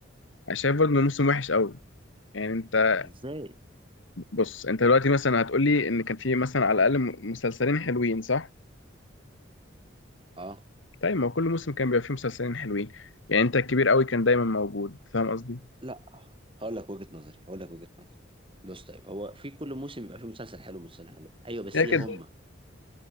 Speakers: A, on the left (about 75°); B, on the right (about 25°).
A: انا شايف برضه انه موسم وحش قوي يعني انت
B: ازاي
A: بص انت دلوقتي مثلا هتقول لي ان كان فيه مثلا على الاقل م- مسلسلين حلوين صح
B: اه
A: طيب ما هو كل موسم كان بيبقى فيه مسلسلين حلوين يعني انت الكبير قوي كان دايما موجود فاهم قصدي
B: لا هقول لك وجهة نظري هقول لك وجهة نظري بص طيب هو في كل موسم بيبقى فيه مسلسل حلو ومسلسل حلو ايوه بس
A: لكن
B: ايه هما